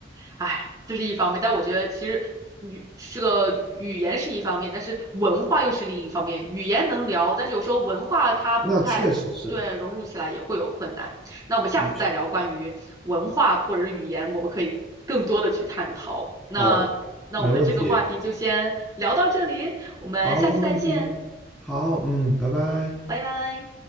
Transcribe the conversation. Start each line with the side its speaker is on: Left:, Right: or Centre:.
Right: 哎，这是一方面，但我觉得其实语这个语言是一方面，但是文化又是另一方面。语言能聊，但是有时候文化它不太对，
Centre: 那确实是，
Right: 融入起来也会有困难。那我们下次再聊关于文化或者是语言，
Centre: 嗯，
Right: 我们可以更多的去探讨。那那我们这个话题就先聊到这里，
Centre: 好，没问题，
Right: 我们下次再见，
Centre: 好，没问题，好，嗯，拜拜。
Right: 拜拜。